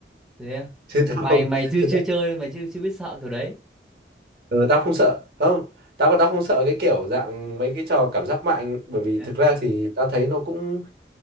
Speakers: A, in the centre; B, on the right.
A: thế à?
B: <laughs> chứ tao
A: mày
B: không
A: mày chưa
B: chứ
A: chưa
B: tao,
A: chơi đâu, mày chưa chưa biết sợ kiểu đấy
B: ừ, tao không sợ không tao tao không sợ cái kiểu dạng mấy cái trò cảm giác mạnh bởi vì
A: Nhá.
B: thực ra thì tao thấy nó cũng